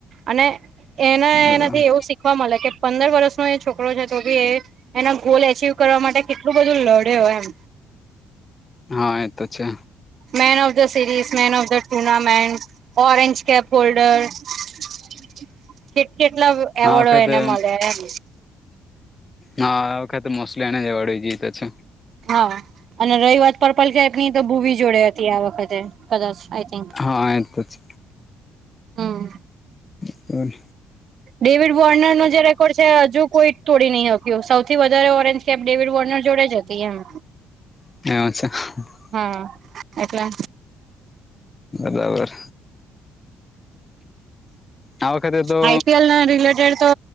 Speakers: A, on the right (about 50°); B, on the left (about 30°).
A: અને એના
B: બરાબર
A: એનાથી એવું શીખવા મળે કે પંદર વર્ષનો એ છોકરો છે તો ભી એ એના ગોલ એચિવ કરવા માટે કેટલું બધું લડ્યો એમ.
B: હા એતો છે.
A: Man of the series man of the tournament orange cap holder- કેટ કેટલા એવોર્ડો
B: આ વખતે
A: એને મળે એમ
B: હા આ વખાતે મોસ્લી એને જ એવાડ જઈએ તો છે.
A: હા. અને રહી વાત પર્પલ કેપ ની તો બુવી જોડે હતી આ વખતે કદાચ આઈ થિંક
B: હા એ તો છે
A: હમ્મ.
B: પણ
A: ડેવિડ વોર્નર નો જે રેકોર્ડ છે હજુ કોઈ તોડી નહીં હક્યો સૌથી વધારે ઓરેન્જ કેપ ડેવિડ વોર્નર જોડે જ હતી એમ.
B: <unintelligible>
A: હા એટલે
B: બરાબર. આ વખતે તો
A: આઈપી એલ ના રિલેટેડ તો